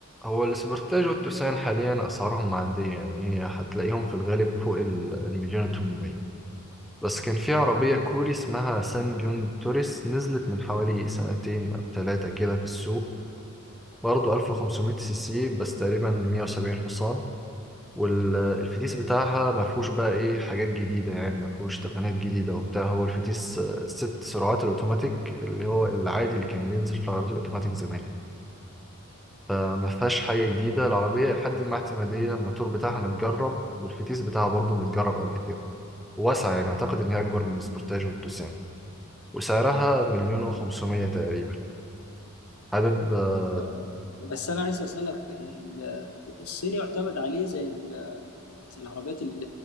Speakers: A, in the centre; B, on the left (about 75°).
A: هو الاسبرتاج والتوسان حاليا أسعارهم معدية يعني هي هتلاقيهم في الغالب فوق ال- المليون وتمنمية بس كان في عربية كوري اسمها سان بيونج توريس نزلت من حوالي سنتين أو ثلاثة كده في السوق برضه 1500 سي سي بس تقريبا 170 حصان والفتيس بتاعها ما فيهوش بقى ايه حاجات جديدة يعني ما فيهوش تقنيات جديدة وبتاع هو الفتيس آه، ست سرعات الأوتوماتيك اللي هو العادي اللي كان بينزل في العربيات الأوتوماتيك زمان فما فيهاش حاجة جديدة العربية لحد ما اعتمادية الماتور بتاعها متجرب والفتيس بتاعها برضه متجرب قبل كده واسعة يعني أعتقد إن هي أكبر من السبورتاج والتوسان وسعرها مليون وخمسمية تقريبا حابب آه،
B: آه، بس انا عايز اسالك آه، ال- الصيني يعتمد عليه زي ال- زي العربيات ال-